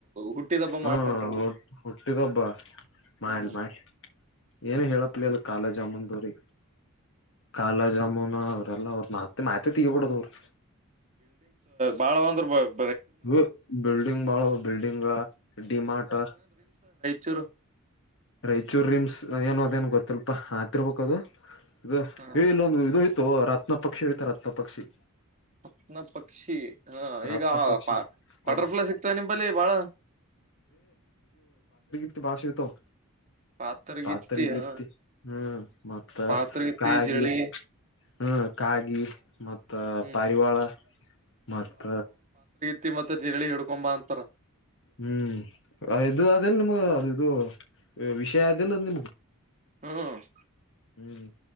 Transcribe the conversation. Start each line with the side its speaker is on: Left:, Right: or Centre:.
Right: ಹುಟ್ಟಿದ ಹಬ್ಬ
Left: ಹ್ಮ
Right: ಮಾಡ್ಕೊಂಟ್ರ
Left: ಹುಟ್ಟಿದಬ್ಬ ಮಾಡ
Right: ಹ
Left: ಮಾಡ್ ಏನ ಹೇಳಪ್ಲ ಎಲ್ಲ ಕಾಲೇಜ್ ಅಮ್ಮನ್ ಸರಿ ಕಾಲಾ ಜಾಮುನ ಅವ್ರಲ್ಲ ಅತ್ ಮತ್ತೆ ಮಾತ್ತೆ ತಗಿಬಡದ ಅವ್ರು
Right: ಭಾಳ ಒಂದ್ರ ಬ
Left: ಹ ಬಿಲ್ಡಿಂಗ್ ಬಾಳ ಬಿಲ್ಡಿಂಗ್ ಡಿಮಾರ್ಟ
Right: ಚರು
Left: ರಾಯಚೂರ್ ರಿಮ್ಸ್ ಏನು ಅದೇನ್ ಗೊತ್ತಿಲ್ಪಾ ಆತಿರ್ಬೇಕಕ್ ಅದು ಇದು
Right: ಹ
Left: ಇಲ್ಲೊಂದು ಇದ್ಯೋತ ರಾತ್ ರತ್ನ ಪಕ್ಷಿಯತ ರತ್ನ ಪಕ್ಷಿ
Right: ಅನ ಪಕ್ಷಿ ಹಾ
Left: ರತ್ನ
Right: ಈಗ
Left: ಪಕ್ಷಿ
Right: ಬಟರ್ಫ್ಲೈ
Left: ಅದು
Right: ಸಿಕ್ತವೆ ನಿಂಬಲ್ಲಿ ಬಾಳ
Left: ಇತ್ ಬಾಷ್ ಇತೋವ್
Right: ಪಾತ್ರಗಿತ್ತಿ
Left: ಪಾತ್ರೆಗಿತ್ತ
Right: ಹ
Left: ಹ್ಮ್ ಮತ್ತ
Right: ಪಾತ್ರಗಿತ್ತಿ
Left: ಕಾಗಿ
Right: ಜಳಿ
Left: ಹ್ಮ ಕಾಗಿ ಮ ಮತ್ತ
Right: ಹ್ಮ್
Left: ಪಾರಿವಾಳ ಮತ್ತ
Right: ತಿ ಮತ್ತೆ ಜರಳಿ ಹಿಡ್ಕೊಂಬ ಅಂತಾರ
Left: ಹ್ಮ್ ಇದು ಅದೆಲ್ ನಿಮಗ ಅದು ಇದು ವಿಷಯ ಅದೆಲ್ಲ ನಿಮ್ಗ
Right: ಹ್ಮ್
Left: ಹ್ಮ್